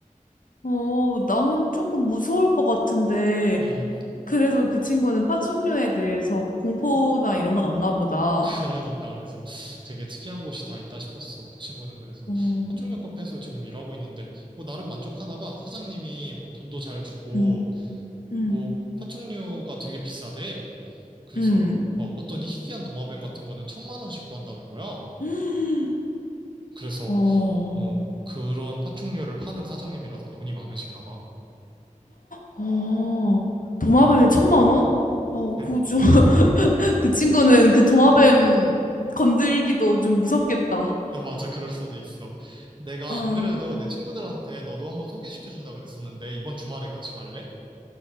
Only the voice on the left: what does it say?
어, 나는 조금 무서울 것 같은데,
그래도 그 친구는 파충류에 대해서 공포나 이런 건 없나 보다.
어,
음, 음,
음.
<gasps>
어,
어, 도마뱀에
천만 원? 어,
그 좀, <laughs> 그 친구는 그 도마뱀 건들기도 좀 무섭겠다.
어,